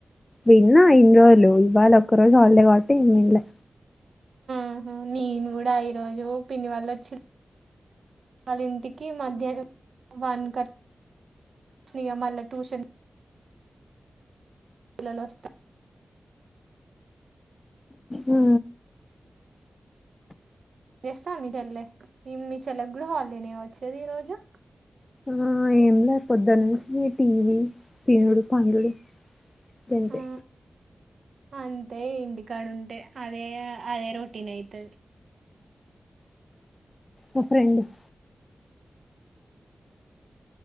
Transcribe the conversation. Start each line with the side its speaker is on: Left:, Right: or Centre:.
Left: విన్నా ఇన్ని రోజులు ఇవాళ ఒక్క రోజు హాలిడే కాబట్టి ఇంగ విన్లే
Right: ఆహా నేను కూడా ఈ రోజు పిన్ని వాళ్ళు వచ్చి వాలింటికి మధ్యాహ్నం వన్ అట్లా వచ్చిన ఇగ మళ్ళ ట్యూషన్ పిల్లలు వస్తారు
Left: ఆ
Right: చేస్తుంది మీ చెల్లే నేను మీ చెల్ల కూడా హాలిడేనే వచ్చేది ఈ రోజు
Left: ఆ ఏం లేకపోద్దు నుంచి టీవీ తినుడు పండుడు దంటే
Right: ఆ అంతే ఇంటికాడుంటే అదే అదే రొటీన్ అయితది
Left: ఒ ఫ్రెండ్ మ్